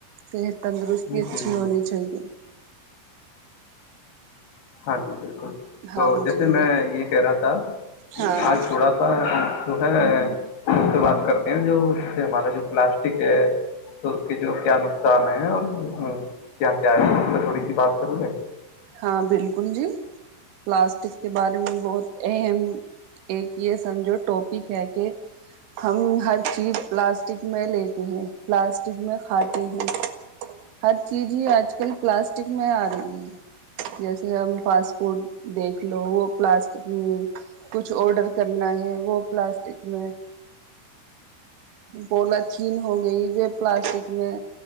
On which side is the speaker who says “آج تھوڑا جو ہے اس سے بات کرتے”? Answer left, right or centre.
Left